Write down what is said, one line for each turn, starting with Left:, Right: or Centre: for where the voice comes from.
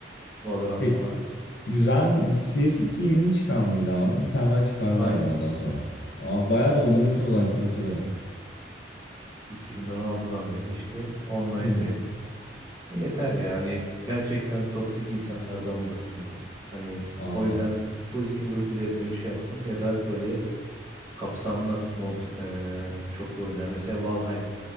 Right: Valorant
Left: Pek
Right: falan.
Left: güzel mi? CS2 yeni çıkan mıydı abi? Bir tane daha çıkarlar
Right: Aynen.
Left: mı ondan sonra? Aa, bayağı da oynamışsınız
Right: Yok.
Left: ha kısa sırada.
Right: 2016'dan beri işte online'dayım.
Left: Hı.
Right: Bu yeter ya hani gerçekten toksik insanlardan bıktım. Hani
Left: Aa,
Right: o yüzden full single player dönüşü yaptım ya da böyle kapsamlı multi, eee, çoklu oynar. Mesela Valheim